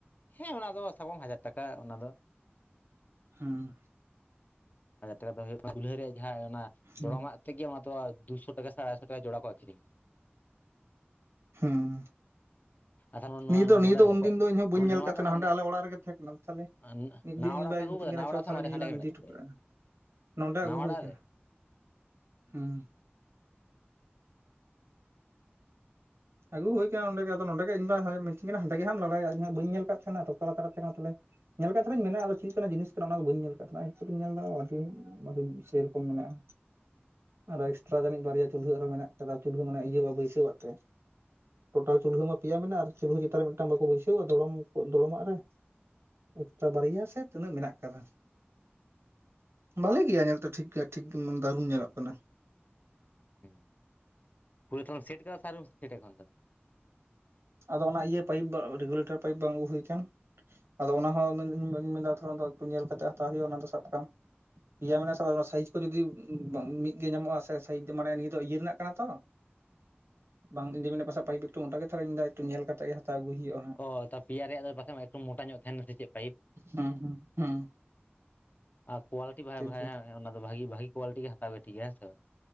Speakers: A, on the left; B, on the right.
A: ᱦᱮᱸ ᱚᱱᱟ ᱫᱚ ᱥᱟᱵ ᱠᱟᱵ ᱢᱮ ᱦᱟᱡᱟᱨ ᱴᱟᱠᱟ ᱚᱱᱟ ᱫᱚ
B: ᱦᱩᱸᱢ
A: ᱦᱟᱡᱟᱨ ᱴᱟᱠᱟ ᱫᱚ ᱦᱩᱭᱩᱜ ᱠᱟᱱᱟ ᱪᱩᱞᱦᱟᱹ ᱨᱮᱭᱟᱜ ᱡᱟᱦᱟᱸ ᱚᱱᱟ
B: ᱦᱩᱸ
A: ᱫᱚᱲᱚᱢᱟᱜ ᱴᱷᱤᱠ ᱜᱮ ᱢᱟ ᱛᱚ ᱫᱩᱥᱚ ᱴᱟᱠᱟ ᱥᱮ ᱟᱲᱟᱭ ᱥᱚ ᱴᱟᱠᱟ ᱡᱚᱲᱟ ᱠᱚ ᱡᱳᱲᱟ ᱠᱚ ᱟ. ᱠᱷᱤᱨᱤᱧᱟ
B: ᱦᱩᱸᱢ
A: ᱟᱨ ᱱᱚᱣᱟ
B: ᱱᱤᱭᱟᱹ
A: ᱱᱚᱰᱮ
B: ᱫᱚ ᱱᱤᱭᱟᱹ ᱫᱚ
A: ᱞᱚᱠᱚ
B: ᱩᱱ ᱫᱤᱱ ᱫᱚ ᱤᱧ ᱦᱚᱸ ᱵᱟᱹᱧ
A: ᱱᱚᱰᱮ
B: ᱧᱮᱞ
A: ᱱᱚᱣᱟᱴᱟᱜ
B: ᱠᱟᱫ ᱛᱟᱦᱮᱸᱱᱟ ᱦᱟᱸᱰᱮ ᱟᱞᱮ ᱚᱲᱟᱜ ᱨᱮᱜᱮ ᱛᱟᱦᱮᱸ ᱠᱟᱱᱟ ᱛᱟᱞᱦᱮ
A: ᱱᱟᱣᱟ
B: ᱢᱤᱫ ᱫᱤᱱ ᱤᱧ
A: ᱚᱲᱟᱜ
B: ᱵᱟᱭ
A: ᱯᱮ ᱟᱹᱜᱩ
B: ᱢᱤᱛᱟᱹᱧ
A: ᱟᱠᱟᱫᱟ
B: ᱠᱟᱱᱟ
A: ᱱᱟᱣᱟ
B: ᱪᱚ
A: ᱚᱲᱟᱜ
B: ᱛᱟᱦᱞᱮ
A: ᱥᱮ ᱢᱟᱨᱮ
B: ᱱᱤᱭᱟᱹ
A: ᱦᱟᱸᱰᱮ
B: ᱞᱟᱝ
A: ᱜᱮ ᱢᱮᱱᱟᱜ
B: ᱤᱫᱤ ᱦᱚᱴᱚ
A: ᱛᱟᱯᱮᱭᱟ?
B: ᱠᱟᱜᱼᱟ ᱱᱚᱰᱮ
A: ᱱᱟᱣᱟ
B: ᱟᱹᱜᱩ
A: ᱚᱲᱟᱜ
B: ᱦᱩᱭ ᱠᱟᱱᱟ
A: ᱨᱮ?
B: ᱦᱩᱸ ᱟᱹᱜᱩ ᱦᱩᱭ ᱠᱟᱱᱟ ᱱᱚᱰᱮ ᱜᱮ ᱟᱫᱚ ᱱᱚᱰᱮ ᱜᱮ ᱤᱧᱵᱟ ᱢᱤᱛᱟ. ᱧ ᱠᱟᱱᱟ ᱦᱟᱸᱰᱮ ᱜᱮ ᱦᱟᱸᱜ ᱞᱟᱲᱟᱭᱟ ᱤᱧ ᱢᱟ ᱵᱟ. ᱧ ᱧᱮᱞ ᱠᱟᱫ ᱛᱟᱦᱮᱱᱟ ᱛᱚᱠᱛᱟ ᱞᱟᱛᱟ ᱨᱮ ᱛᱟᱦᱮ ᱠᱟᱱᱟ ᱛᱟᱦᱞᱮ ᱧᱮᱞ ᱠᱟᱜ ᱛᱟᱦᱮ ᱱᱟᱹᱧ ᱢᱮᱱᱟᱜ-ᱟ ᱟᱫᱚ ᱪᱮᱫ ᱠᱟᱱᱟ ᱡᱤᱱᱤᱥ ᱠᱟᱱᱟ ᱚᱱᱟ ᱫᱚ ᱵᱟᱹᱧ ᱧᱮᱞ ᱠᱟᱫ ᱛᱟᱦᱮᱱᱟ ᱦᱤᱛᱳᱜ ᱤᱧ ᱧᱮᱞ ᱫᱟ ᱟᱹᱰᱤ ᱥᱮ ᱨᱚᱠᱚᱢ ᱢᱮᱱᱟᱜᱼᱟ ᱟᱨ ᱮᱥᱴᱮᱨᱟ ᱡᱟᱹᱱᱤᱡ ᱵᱟᱨᱭᱟ ᱪᱩᱞᱦᱟᱹ ᱟᱨᱚ ᱢᱮᱱᱟᱜ ᱠᱟᱫᱟ ᱪᱩᱞᱦᱟᱹ ᱢᱟᱱᱮ ᱤᱭᱟᱹ ᱢᱟᱱᱮ ᱵᱟᱹᱭ ᱥᱟᱹᱣ ᱛᱮ ᱴᱳᱴᱟᱞ ᱪᱩᱞᱦᱟᱹ ᱢᱟ ᱯᱮᱭᱟ ᱢᱮᱱᱟᱜᱼᱟ ᱟᱨ ᱪᱩᱞᱦᱟᱹ ᱪᱮᱛᱟᱱ ᱨᱮ ᱢᱤᱫ ᱴᱟᱝ ᱵᱟᱠᱚ ᱵᱟᱹᱭ ᱥᱟᱹᱣᱼᱟ ᱫᱚᱲᱚᱢ ᱢᱟᱜ ᱨᱮ ᱮᱥᱴᱟᱨᱟ ᱵᱟᱨᱭᱟ ᱥᱮ ᱛᱤᱱᱟᱹᱜ ᱢᱮᱱᱟᱜ ᱠᱟᱫᱟ
A: ᱦᱩᱸᱢ
B: ᱵᱷᱟᱤ ᱜᱮᱭᱟ ᱧᱮᱞᱛᱮ ᱴᱷᱤᱠ ᱜᱮᱭᱟ ᱴᱷᱤᱠ ᱜᱤ ᱫᱟᱨᱩᱢ ᱧᱮᱞᱚᱜ ᱠᱟᱱᱟ
A: ᱦᱩᱸ ᱯᱩᱨᱟᱹ ᱛᱷᱟᱦᱞᱮᱢ ᱥᱮᱴ ᱠᱟᱫᱟ ᱥᱮ ᱟᱣᱨᱤᱢ ᱥᱮᱴ ᱟ ᱮᱠᱷᱚᱱ ᱫᱚ
B: ᱟᱫᱚ ᱚᱱᱟ ᱤᱭᱟᱹ ᱯᱟᱭᱤᱯ ᱨᱮᱜᱩᱞᱮᱴᱟᱨ ᱯᱟᱭᱤᱯ ᱵᱟᱝ ᱟᱹᱜᱩ ᱦᱩᱭ ᱠᱟᱱ ᱟᱫᱚ ᱚᱱᱟ ᱦᱩᱧ ᱢᱮᱱ ᱫᱟ ᱛᱷᱳᱲᱟ ᱫᱚ ᱧᱮᱞ ᱠᱟᱛᱮᱜ ᱦᱟᱛᱟᱣ ᱦᱩᱭᱩᱜᱼᱟ ᱚᱱᱟ ᱫᱚ ᱥᱟᱵ ᱠᱟᱜ ᱟᱢ ᱯᱮᱭᱟ ᱢᱮᱱᱟᱜᱼᱟ ᱥᱮ ᱚᱱᱟ ᱥᱟᱭᱤᱡᱽ ᱠᱚ ᱡᱩᱫᱤ ᱢᱤᱫ ᱜᱮ ᱧᱟᱢᱚᱜᱼᱟ ᱥᱮ ᱥᱟᱭᱤᱡᱽ ᱫᱚ ᱢᱟᱱᱮ ᱤᱭᱟᱹ ᱫᱚ ᱤᱭᱟ. ᱨᱮᱱᱟᱜ ᱠᱟᱱᱟ ᱛᱚ ᱵᱟᱝ ᱤᱧ ᱫᱩᱧ ᱢᱮᱱᱫᱟ ᱯᱟᱥᱮ ᱯᱟᱭᱤᱯ ᱮᱠᱴᱩ ᱢᱳᱴᱟ ᱜᱮ ᱛᱟᱦᱚᱞᱮ ᱢᱮᱱ ᱫᱟ ᱮᱠᱴᱩ ᱧᱮᱞ ᱠᱟᱛᱮᱜ ᱜᱮ ᱦᱟᱛᱟᱣ ᱟᱹᱜᱩ ᱦᱩᱭᱩᱜᱼᱟ ᱦᱟᱸᱜ
A: ᱚ ᱛᱟ ᱯᱮᱭᱟ ᱨᱮᱭᱟᱜ ᱫᱚ ᱟᱨ ᱯᱟᱥᱮ ᱮᱠᱴᱩ ᱢᱚᱴᱟ ᱧᱚᱜ ᱛᱟᱦᱮᱱᱟ ᱥᱮ ᱪᱮᱫ ᱯᱟᱭᱤᱯ
B: ᱦᱮᱸ ᱦᱩᱸ ᱦᱮᱸ
A: ᱟᱨ ᱠᱳᱣᱟᱞᱤᱴᱤᱸ ᱵᱷᱟᱭᱟ ᱵᱷᱟᱭᱟ
B: ᱜᱮ
A: ᱚᱱᱟ ᱫᱚ ᱵᱷᱟᱜᱤ ᱵᱷᱟᱜᱤ ᱠᱳᱣᱟᱞᱤᱴᱤ ᱜᱮ ᱦᱟᱛᱟᱣ ᱜᱮ ᱴᱷᱤᱠ ᱟ ᱦᱮᱸᱥᱮ ᱵᱟ